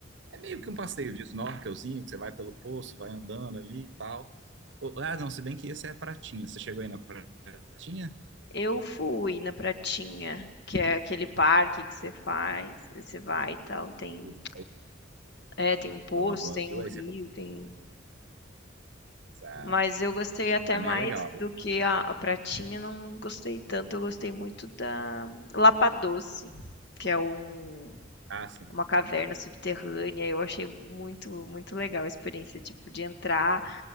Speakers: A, on the right; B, on the left.
A: é meio que um passeio de snorkelzinho, que você vai pelo poço, vai andando ali e tal. Ou- Ah, não, se bem que esse é a Pratinha. Você chegou aí na Pratinha?
B: Eu fui na Pratinha, que é aquele parque que você faz, você vai e tal, tem
A: Isso, aí,
B: é, tem um poço,
A: a Lagoa
B: tem
A: Azul,
B: o rio,
A: aí você...
B: tem
A: Ah,
B: Mas eu gostei até
A: também
B: mais
A: é legal.
B: do que a, a pratinha, não gostei tanto. Eu gostei muito da Lapa Doce, que é um,
A: Ah, sim.
B: uma caverna subterrânea. Eu achei muito, muito legal a experiência, tipo, de entrar.